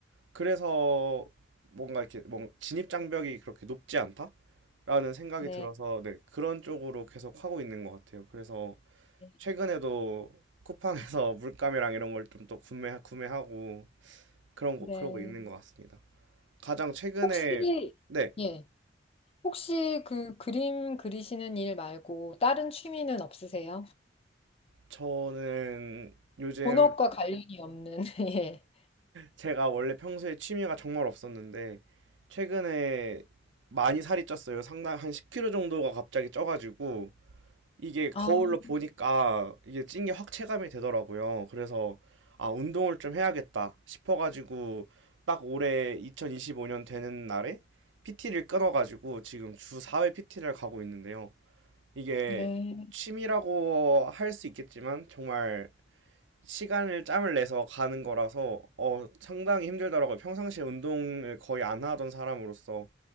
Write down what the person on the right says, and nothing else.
그래서 뭔가 이렇게 뭔 진입 장벽이 그렇게 높지 않다라는 생각이
들어서 네, 그런 쪽으로 계속 하고 있는 것 같아요. 그래서
최근에도 쿠팡에서 <laughs> 물감이랑 이런 걸 좀 또 구매 구매하고 그런
거 그러고 있는 것 같습니다. 가장 최근에
네,
저는 요즘
제가 원래 평소에 취미가 정말 없었는데 최근에 많이 살이 쪘어요. 상당 한 10kg 정도가 갑자기 쪄가지고 이게 거울로
보니까 이게 찐게 확 체감이 되더라고요. 그래서 아 운동을 좀 해야겠다 싶어가지고 딱 올해 2025년 되는 날에 PT를 끊어가지고 지금 주 4회 PT를 가고 있는데요. 이게
취미라고 할 수 있겠지만 정말 시간을 짬을 내서 가는 거라서 어 상당히 힘들더라고요. 평상시에 운동을 거의 안 하던 사람으로서